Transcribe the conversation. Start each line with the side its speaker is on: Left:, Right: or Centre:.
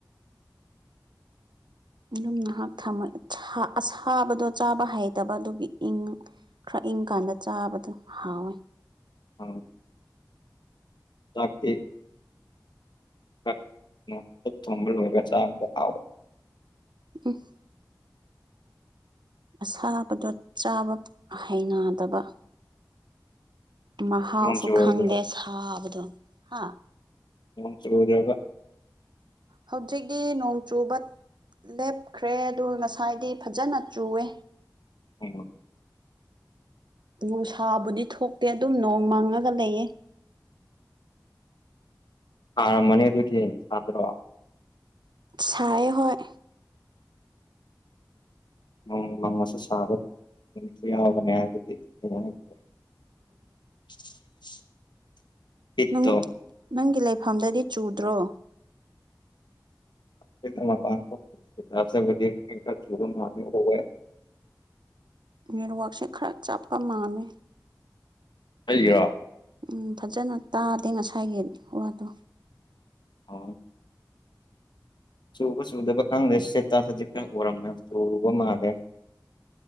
Right: ꯑꯗꯨꯨꯝ ꯉꯍꯥꯛ ꯊꯝꯃ ꯊꯥ ꯑꯁꯥꯕꯗꯣ ꯆꯥꯕ ꯍꯩꯇꯕ ꯑꯗꯨꯒꯤ ꯏꯪꯉ ꯈ꯭ꯔ ꯏꯪ ꯀꯥꯟꯗ ꯆꯥꯕꯗꯨ ꯍꯥꯎꯋꯦ
Left: ꯑꯥꯎ ꯆꯥꯛꯇꯤ ꯑꯛ ꯅꯣꯡ ꯑꯛꯊꯣꯡꯕ ꯂꯣꯏꯔꯒ ꯆꯥꯕꯗꯣ ꯍꯥꯎꯕꯅꯦ
Right: <unintelligible> ꯑꯁꯥꯕꯗꯣ ꯆꯥꯕ ꯍꯩꯅꯗꯕ ꯃꯍꯥꯎꯁꯨ
Left: ꯅꯣꯡ ꯆꯨꯔꯗꯅ
Right: ꯈꯪꯗꯦ ꯁꯥꯕꯗꯣ ꯍꯥ
Left: ꯅꯣꯡ ꯆꯨꯗ꯭ꯔꯒ
Right: ꯍꯧꯖꯤꯛꯗꯤ ꯅꯣꯡ ꯆꯨꯕꯠ ꯂꯦꯞꯈ꯭ꯔꯦ ꯑꯗꯨ ꯉꯁꯥꯏꯗꯤ ꯐꯖꯟꯅ ꯆꯨꯋꯦ
Left: <unintelligible>
Right: ꯅꯨꯡꯁꯥꯕꯨꯗꯤ ꯊꯣꯛꯇꯦ ꯑꯗꯨꯝ ꯅꯣꯡ ꯃꯪꯉꯒ ꯂꯩꯌꯦ
Left: ꯑꯥꯔꯝꯃꯅꯤ ꯑꯗꯨꯗꯤ ꯁꯥꯗ꯭ꯔꯣ
Right: ꯁꯥꯏꯌꯦ ꯍꯣꯏ
Left: ꯎꯝ ꯅꯣꯡꯃꯁꯨ ꯁꯥꯕ ꯅꯨꯃꯤꯠꯁꯨ ꯌꯥꯎꯕꯅꯦ ꯍꯥꯏꯕꯗꯤ ꯀꯃꯥꯏ ꯍꯥꯏꯗꯨꯔꯣ <unintelligible> ꯍꯤꯠꯇꯣ
Right: ꯅꯪ ꯅꯪꯒꯤ ꯂꯩꯐꯝꯗꯗꯤ ꯆꯨꯗ꯭ꯔꯣ
Left: ꯑꯩꯗꯤ ꯃꯄꯥꯟ ꯊꯣꯛ <unintelligible> ꯆꯠꯄꯗꯤ ꯑꯩꯗꯤ ꯈꯔꯥ ꯊꯨꯕ ꯃꯟꯒꯦ ꯇꯧꯋꯦ
Right: ꯅꯦꯠꯋꯥꯛꯁꯦ ꯈꯔ ꯆꯞꯄ ꯃꯥꯟꯅꯦ
Left: ꯑꯩꯒꯤꯔꯣ
Right: ꯎꯝ ꯐꯖꯟꯅ ꯇꯥꯗꯦ ꯉꯁꯥꯏꯒꯤ ꯋꯥꯗꯣ
Left: ꯑꯣ ꯆꯨꯕ ꯆꯨꯗꯕ ꯈꯪꯗꯦ ꯁꯦꯠꯇꯥꯁꯗꯗꯤ ꯈꯔ ꯎꯔꯝꯃꯦ ꯆꯨꯕ ꯃꯥꯜꯂꯦ